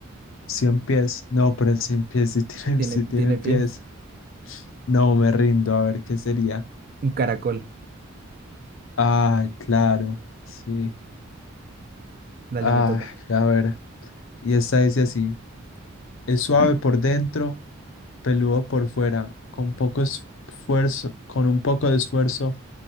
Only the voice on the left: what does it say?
100 pies. No, pero el 100 pies sí tiene,
<laughs> sí tiene
pies.
No, me rindo. A ver qué sería.
Ay, claro. Sí.
Ay,
a ver. Y esta dice así. Es suave
por dentro, peludo por fuera. Con poco esfuerzo, con un poco de esfuerzo,